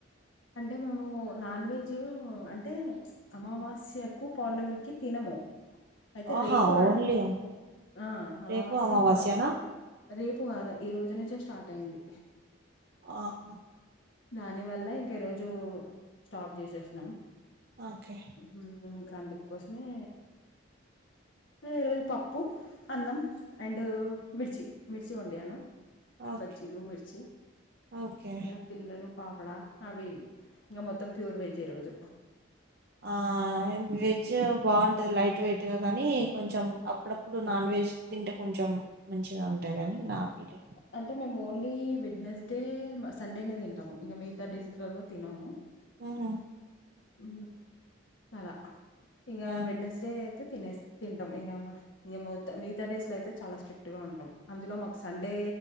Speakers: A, on the left (about 75°); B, on the right (about 50°).
A: అంటే మేము నాన్ వెజ్ అంటే అమావాస్యకు పౌర్ణమికి తినము అయితే
B: ఆహా
A: రేపు
B: ఓన్లీ
A: ఆ అమావాస్య
B: రేపు అమావాస్యనా
A: పౌ రేపు కాదా ఈ రోజు నుంచే స్టార్ట్ అయింది
B: ఆహా
A: దాని వల్ల ఇంకా ఈ రోజు స్టాప్ చేసేసినాం
B: ఓకే
A: ఉమ్ ఇంక అందుకు కోసమే ఈరోజు పప్పు అన్నం అండ్ మిర్చి మిర్చి వండాను
B: ఓకే
A: బజ్జీలు మిర్చి
B: ఓకే
A: ఇంగ పిల్లలు పాపడా అవి ఇవి ఇంగ మొత్తం ప్యూర్ వెజ్ ఈ రోజు
B: ఆ వెజ్ బాగుంటది లైట్ వెయిట్ గా కానీ కొంచెం అప్పుడప్పు ప్పుడు నాన్ వెజ్ తింటే కొంచెం మంచిగా ఉంటాదని నా ఫీలింగ్
A: అంటే మేము ఓన్లీ వెడ్నస్డే సండే నే తింటాము ఇంగ మీ గతా రోజులలో తినము
B: ఉహు
A: ఉ అలా ఇగా
B: ఉహు
A: వెడ్నెస్ డే అయితే తినేస్ తింటాం ఇంకా ఇ మిగత డేస్ అయితే చాల స్ట్రిక్ట్ గా ఉంటాం అందులో మా సండే